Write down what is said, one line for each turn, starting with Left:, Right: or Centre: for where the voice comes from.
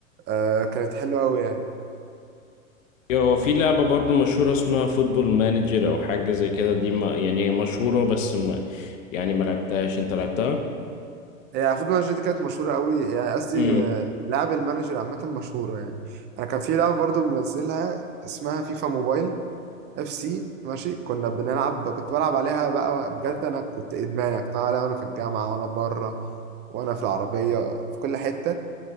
Right: آه، كانت حلوة أوي يعني
Left: هو في لعبة برضه مشهورة اسمها فوتبول مانجر او حاجة زي كده دي ما يعني هي مشهورة بس ما يعني ما لعبتهاش انت لعبتها؟
Right: هي فوتبول مانجر دي كانت مشهورة قوي يعني قصدي
Left: امم
Right: آه، لعب المانجر عامة مشهورة يعني أنا كان في لعبة برضو منزلها اسمها فيفا موبايل اف سي ماشي كنا بنلعب كنت بلعب عليها بقى بجد أنا كنت إدمان يعني كنت بلعب عليها وأنا في الجامعة وأنا بره وأنا في العربية في كل حتة